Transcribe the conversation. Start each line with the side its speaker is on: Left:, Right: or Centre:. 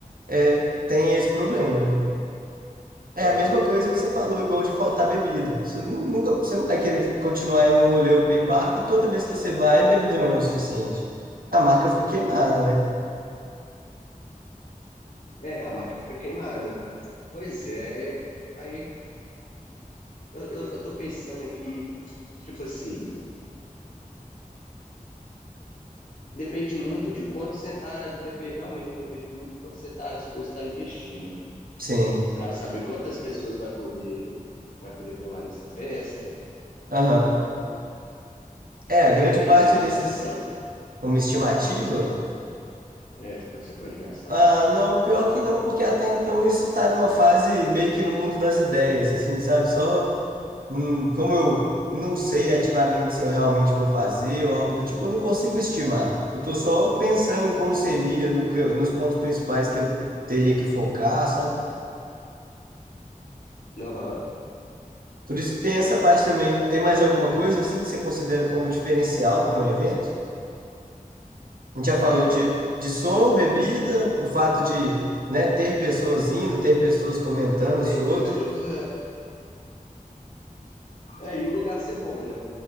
Right: é, tem esse problema, né? É
Left: Aham.
Right: a mesma coisa que você falou, igual de faltar bebida. Você nu- nunca, você não vai querer continuar em um rolê open bar que toda vez que você vai, a bebida não é o suficiente. A marca fica queimada, né?
Left: É, a marca fica queimada. Pois é, aí Eu, eu, eu tô pensando aqui, tipo assim, depende muito de quanto você tá, depende, realmente depende muito de quanto você tá disposto a investir, mano.
Right: Sim.
Left: Pra saber quantas pessoas vai poder, vai poder pular nessa festa.
Right: Aham. É, a
Left: Você
Right: grande
Left: não tem
Right: parte
Left: uma estimativa,
Right: desses,
Left: não?
Right: uma estimativa?
Left: É, tipo, quanto você pode gastar.
Right: Ah, não, pior que não, porque até então isso tá numa fase meio que no mundo das ideias, assim, sabe? Só, hum, como eu não sei ativamente se eu realmente vou fazer ou algo do tipo, eu não consigo estimar. Eu tô só pensando em como seria, no que, eu- nos pontos principais que eu teria que focar, sabe?
Left: Aham.
Right: Por isso que tem essa parte também. Tem mais alguma coisa, assim, que você considera como diferencial para um evento? A gente já
Left: É,
Right: falou de, de som, bebida, o fato de, né, ter pessoas indo, ter pessoas comentando
Left: ter
Right: sobre.
Left: pessoas é. É, e o lugar ser bom, né?